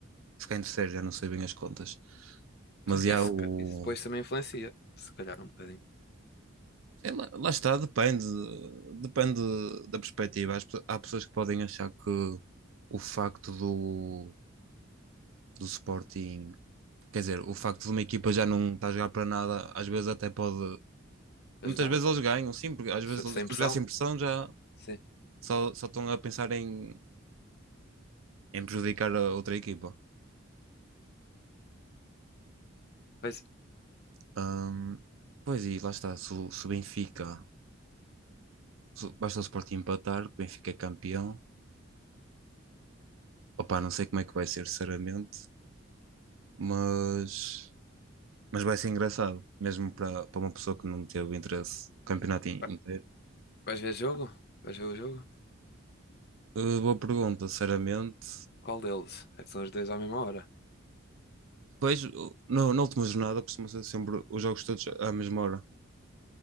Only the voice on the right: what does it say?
ficar em terceiro, já não sei bem as contas. Mas
já
o.
sei lá, lá está, depende. Depende da perspectiva. As pe- Há pessoas que podem achar que o facto do, do Sporting. Quer dizer, o facto de uma equipa já não estar a jogar para nada, às vezes até pode.
Muitas vezes eles ganham, sim, porque às
vezes eles-
tu
já sem pressão já
só, só estão a pensar em, em prejudicar a outra equipa.
Ahm, pois e lá está, se, o se o Benfica, se o- basta o Sporting empatar, que o Benfica é campeão. Opa, não sei como é que vai ser, sinceramente, mas, mas vai ser engraçado, mesmo para para uma pessoa que não teve interesse no campeonato in-
inteiro.
Eh, boa pergunta, sinceramente.
Pois, o- no, na última jornada costuma ser sempre os jogos todos à mesma hora.